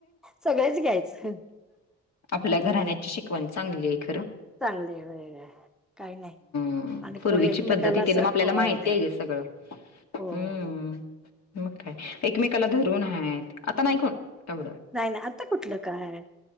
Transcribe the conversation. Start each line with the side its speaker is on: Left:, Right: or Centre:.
Centre: सगळेच घ्यायचं
Left: आपल्या घराण्याची
Centre: होय
Left: शिकवण चांगली आहे खरं.
Centre: चांगले आहे वेगैरे काही नाही.
Left: हम
Centre: आणि
Left: पूर्वीची
Centre: कोणी एकमेकाला
Left: पद्धती
Centre: असं
Left: ते ना मग आपल्याला
Centre: होय
Left: माहिती
Centre: होय
Left: आहे ग सगळं हम्म.
Centre: हो हो हो
Left: मग काय एकमेकाला धरून आहेत आता नाही कोण कवडं
Centre: नाही नाही आता कुठलं काय?